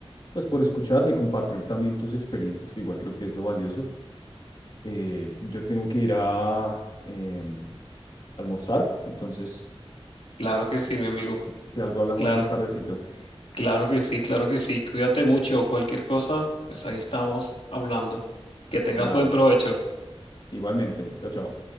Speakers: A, on the left (about 50°); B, on the left (about 75°).
A: pues, por escucharme y compartir también tus experiencias, que igual creo que es lo valioso. eh, yo tengo que ir a em, almorzar, entonces
B: Claro que
A: si,
B: sí, mi
A: si
B: amigo.
A: si- si algo hablamos
B: Claro,
A: más tardecito,
B: claro que sí, claro que sí. Cuídate mucho. Cualquier cosa, pues ahí estamos hablando. Que tengas
A: dale,
B: buen provecho.
A: igualmente, chao, chao.